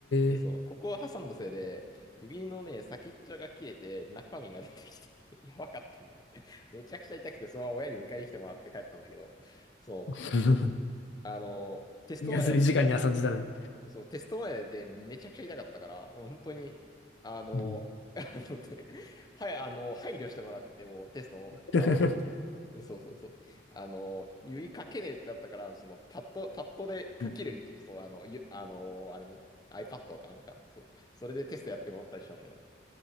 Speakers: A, on the left; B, on the left.
A: で、
B: え。
A: そう、ここを挟んだせいで、指のね、先っちょが切れて、中身が出てきて、<laughs> やばかったんだよね。めちゃくちゃ痛くて、そのまま親に迎えに来てもらって帰ったんだけど、そう、
B: <laughs>
A: あの、テスト前だったから、
B: 休み時間に遊んでたのに。
A: そう、テスト前でめちゃくちゃ痛かったから、本当に、あの、
B: うん。
A: <laughs> あの、てはい、あの、配慮してもらって、もうテストも、
B: <laughs>
A: あの、そうそうそう、あの、指かけねえってあったから、その、パッド、パッドで書けるみたいな、
B: うん。
A: そう、あの、ゆ、あの、あれね、iPad かなんか、そう、それでテストやってもらったりしたんだよね。